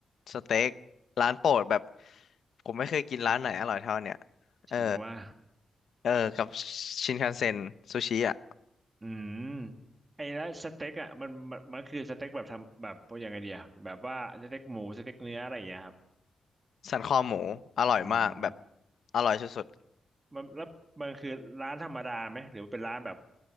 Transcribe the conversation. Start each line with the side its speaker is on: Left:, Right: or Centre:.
Left: สเต็กร้านโปรดแบบผมไม่เคยกินร้านไหนอร่อยเท่าเนี่ย
Right: ถึงว่า
Left: เออเออกับชินคันเซ็นซูชิอ่ะ
Right: อืมไอ้แล้วสเต็กอ่ะมันมันมันคือสเต็กแบบทำแบบพวกยังไงเดียแบบว่าสเต็กหมูสเต็กเนื้ออะไรอย่างเงี้ยครับ
Left: สันคอหมูอร่อยมากแบบ
Right: อืม
Left: อร่อยสุด
Right: มันแล้วมันคือร้านธรรมดาไหมหรือว่าเป็นร้านแบบ